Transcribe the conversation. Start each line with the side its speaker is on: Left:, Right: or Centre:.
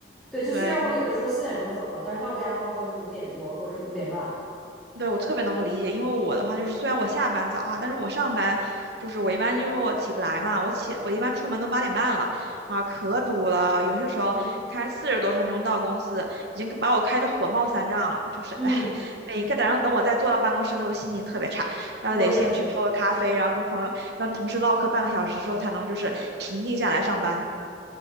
Centre: 对，就虽然我有的时候四点钟走了，
Right: 对，
Centre: 但是到家的话都是五点多或者是五点半。
Right: 对，我特别能够理解，因为我的话就是，虽然我下班早哈，但是我上班就是我一般因为我起不来嘛，我起我一般出门都八点半了，啊，可堵了，有些时候开四十多分钟到公司，
Centre: 嗯
Right: 已经把我开的火冒三丈了，就是哎，
Centre: 嗯，
Right: 每个早上等我再坐到办公室的时候，心情特别差，那得先去泡个咖啡，
Centre: 我也是，
Right: 然后跟朋友跟同事唠嗑半个小时之后，才能就是平静下来上班。